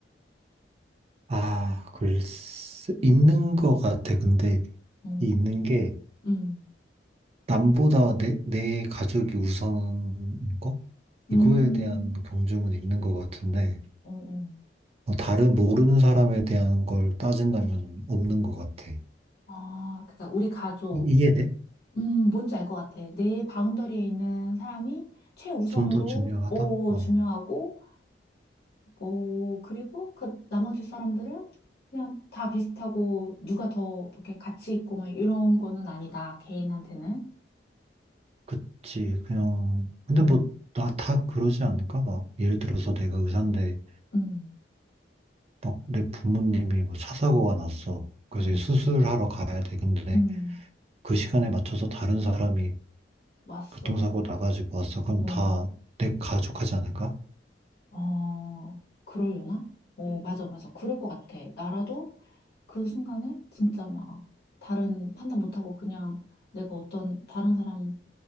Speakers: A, on the right; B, on the left.
A: 아, 글쎄, 있는 것 같아. 근데
B: 응,
A: 이 있는 게
B: 응,
A: 남보다 내, 내 가족이 우선인 거?
B: 음,
A: 이거에 대한 경중은 있는 것 같은데,
B: 응, 응.
A: 어, 다른 모르는 사람에 대한 걸 따진다면 없는 것 같아. 이-
B: 아, 그러니까 우리 가족.
A: 이해돼?
B: 음, 뭔지 알 것 같아. 내 바운더리에 있는 사람이 최우선으로
A: 좀 더 중요하다?
B: 어,
A: 어,
B: 중요하고 어, 그리고 그 나머지 사람들은 그냥 다 비슷하고 누가 더 이렇게 가치 있고 막 이런 거는 아니다. 개인한테는.
A: 그치. 그냥, 근데
B: 음.
A: 뭐, 나 다 그러지 않을까? 막, 예를 들어서 내가 의사인데,
B: 음.
A: 막 내 부모님이 뭐 차 사고가 났어. 그래서
B: 음.
A: 이제 수술하러 가야 돼. 근데
B: 음.
A: 그 시간에 맞춰서 다른 사람이
B: 왔어.
A: 교통사고 나가지고 왔어. 그럼
B: 어.
A: 다 내 가족 하지 않을까?
B: 어. 그러려나? 어, 맞아, 맞아. 그럴 것 같아. 나라도 그 순간에 진짜 막 다른 판단 못하고 그냥 내가 어떤 다른 사람